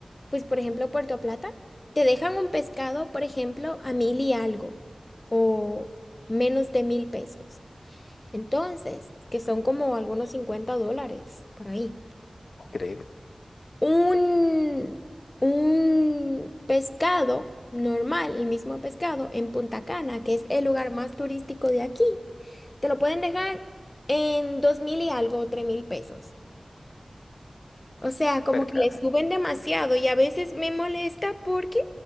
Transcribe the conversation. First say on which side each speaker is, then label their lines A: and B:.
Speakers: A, on the left; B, on the left.
A: pues por ejemplo Puerto Plata, te dejan un pescado, por ejemplo, a mil y algo o menos de mil pesos. Entonces, que son como algunos 50 dólares por ahí
B: Increíble,
A: un, un pescado normal, el mismo pescado, en Punta Cana, que es el lugar más turístico de aquí, te lo pueden dejar en dos mil y algo, tres mil pesos. O sea,
B: súper
A: como que
B: caro.
A: le suben demasiado y a veces me molesta porque